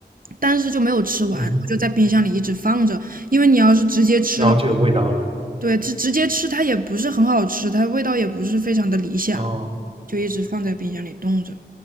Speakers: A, on the right; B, on the right.
A: 但是就没有吃完，
B: 嗯，
A: 我就在冰箱里一直放着，因为你要是直接吃的话。
B: 然后就有味道了
A: 对，直直接吃它也不是很好吃，它味道也不是非常的理想，
B: 哦，
A: 就一直放在冰箱里冻着。